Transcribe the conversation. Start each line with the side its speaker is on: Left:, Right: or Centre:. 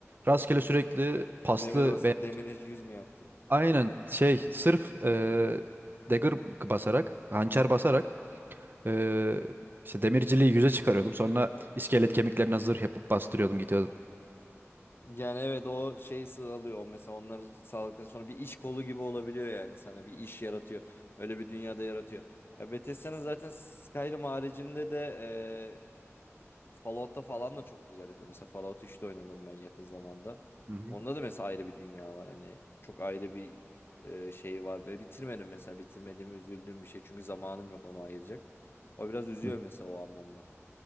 Right: rastgele sürekli paslı
Left: Demir basıp
Right: ve
Left: demir hiç yüz mü yaptın?
Right: aynen şey sırf e, dagger basarak, hançer basarak e, işte demirciliği yüze çıkarıyordum. Sonra iskelet kemiklerine zırh yapıp bastırıyordum gidiyordum.
Left: Yani evet o şey sağlıyor. O mesela onları sağladıktan sonra bir iş kolu gibi olabiliyor yani sana bir iş yaratıyor. Öyle bir dünyada yaratıyor. Ya Bethesda'nın zaten Skyrim haricinde de Fallout'ta falan da çok güzel yapıyor. Mesela Fallout 3'te oynadım ben yakın zamanda.
Right: Hı
Left: Onda da mesela ayrı bir dünya var. Hani çok ayrı bir e, şey var. Ve bitirmedim mesela. Bitirmediğimi üzüldüğüm bir şey. Çünkü zamanım yok onu ayıracak. O biraz üzüyor
Right: hı.
Left: mesela o anlamda.